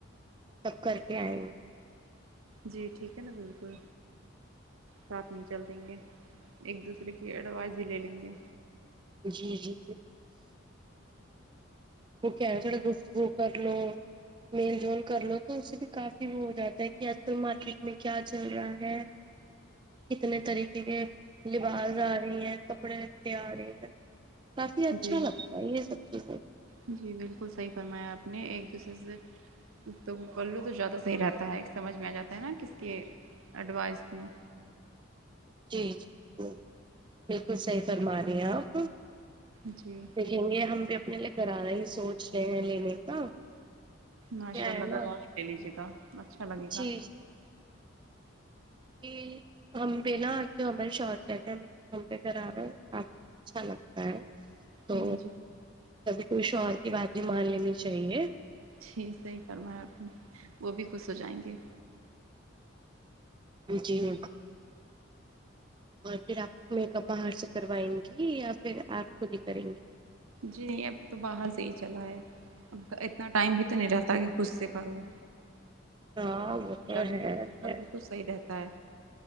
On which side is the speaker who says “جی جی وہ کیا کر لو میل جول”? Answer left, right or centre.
Right